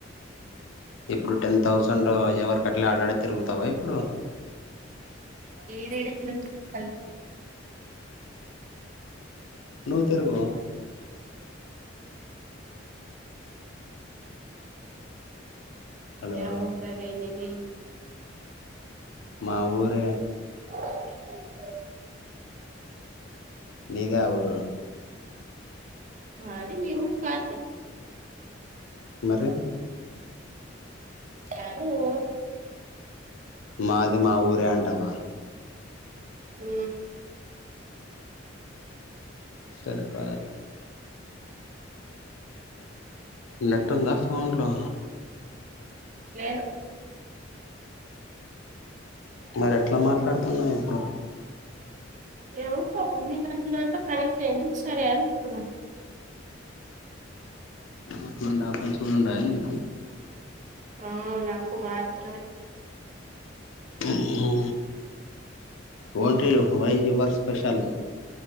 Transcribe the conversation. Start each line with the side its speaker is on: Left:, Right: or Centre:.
Left: ఇప్పుడు టెన్ థౌసండ్ అయ్యే ఎవరికు అట్లా ఆడాడే తిరుగుతావా ఇప్పుడు
Right: ఏడ ఏడ తిరుగుతుంటారు కలిసి
Left: నువ్వు తిరుగు హలో
Right: ఏ ఊరు తిరిగేది
Left: మా ఊరే
Right: పిగ్గు సౌండ్
Left: నీదా ఏ ఊరు
Right: మాది మీ ఊరు కాదులే
Left: మరి
Right: ఏదో ఊరు
Left: మాది మా ఊరే అంటావా
Right: ఉ
Left: సరే పద నెట్ ఉందా ఫోన్లో
Right: లేదు
Left: మరి ఎట్లా మాట్లాడుతువ్ ఇప్పుడు
Right: ఎవరిదో ఫోన్లో కనెక్ట్ అయ్యింది సరే అనుకున్న
Left: అట్లాంటి ఆప్షన్స్ కూడా ఉంటాయండి
Right: ఉ నాకు మాత్రమే
Left: ఉ ఒంటి వై వర్ స్పెషల్